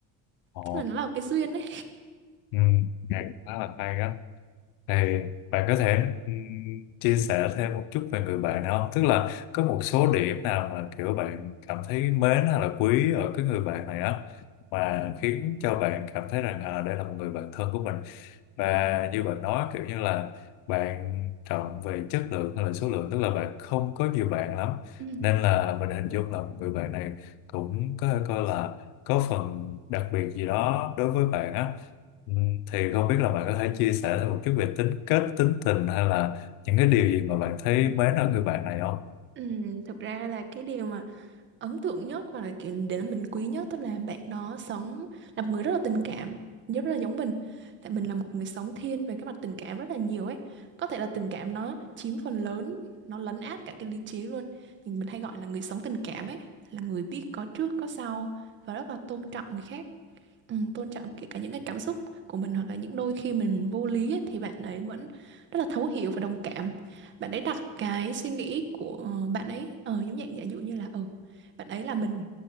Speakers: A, on the left; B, on the right.
A: Ồ
B: chắc là nó là một cái duyên đấy
A: Ừ, nghe khá là hay đó. Thì bạn có thể ừm, chia sẻ thêm một chút về người bạn nào không? Tức là có một số điểm nào mà kiểu bạn cảm thấy mến hay là quý ở cái người bạn này á mà khiến cho bạn cảm thấy rằng à, đây là một người bạn thân của mình và như bạn nói kiểu như là bạn trọng về chất lượng hay là số lượng tức là bạn không có nhiều bạn lắm
B: ừ.
A: nên là mình hình dung là một người bạn này cũng có thể coi là có phần đặc biệt gì đó đối với bạn á Ừm, thì không biết là bạn có thể chia sẻ thêm một chút về tính cách tính tình hay là những cái điều gì mà bạn thấy mến ở người bạn này không?
B: Ừ, thực ra là cái điều mà ấn tượng nhất và là kiểu để là mình quý nhất tức là bạn đó sống là một người rất là tình cảm rất là giống mình tại mình là một người sống thiên về cái mặt tình cảm rất là nhiều ấy có thể là tình cảm nó chiếm phần lớn nó lấn át cả cái lý trí luôn nhưng mình hay gọi là người sống tình cảm ấy là người biết có trước có sau và rất là tôn trọng người khác Ừ, tôn trọng kể cả những cái cảm xúc của mình hoặc là những đôi khi mình vô lý ấy, thì bạn ấy vẫn rất là thấu hiểu và đồng cảm bạn ấy đặt cái suy nghĩ của ờ, bạn ấy ờ, giống dạng giả dụ như là ừ bạn ấy là mình